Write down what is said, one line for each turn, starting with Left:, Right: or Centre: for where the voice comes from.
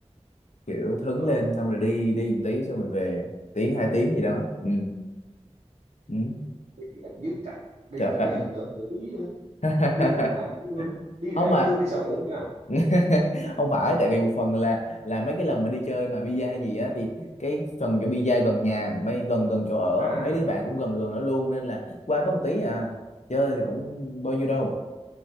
Left: kiểu thấn
Right: Ờ.
Left: lên xong rồi đi đi một tí xong rồi về tiếng hai tiếng gì đó ừ, ừ.
Right: đi ít dữ trời đi
Left: Trời,
Right: thì
Left: à,
Right: đi nửa buổi á,
Left: à.
Right: đi ra
Left: <laughs>
Right: trưa đi
Left: không
Right: ra
Left: mà
Right: chưa đi sau buổi nha
Left: <laughs> không phải tại vì một phần là là mấy cái lần mà đi chơi mà pizza hay gì á thì cái phần chỗ pizza gần nhà mấy gần gần chỗ ở
Right: à,
Left: á, mấy đứa bạn cũng gần gần đó luôn nên là qua có một tí à chơi thì cũng bao nhiêu đâu